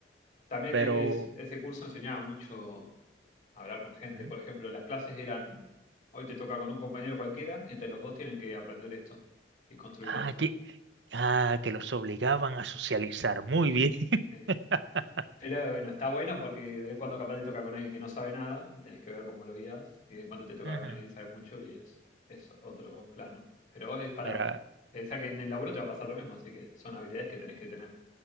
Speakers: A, on the left; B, on the right.
A: También
B: Pero...
A: e-, es, ese curso enseñaba mucho a hablar con gente.
B: ¿eh?
A: Por ejemplo, las clases eran, hoy te toca con un compañero cualquiera, y entre los dos tienen que aprender esto y construir
B: Ah,
A: esto.
B: que, ah, que los obligaban a socializar. Muy bien.
A: Eh,
B: <laughs>
A: pero bueno, está bueno porque de vez en cuando capaz te toca con alguien que no sabe nada y tenés que ver cómo lo guías, y de vez en cuando te toca
B: Ujú.
A: con alguien que sabe mucho y es, es otro plano. Pero es para,
B: Mira,
A: pensá que en el laburo te va a pasar lo mismo, así que son habilidades que tenés que tener,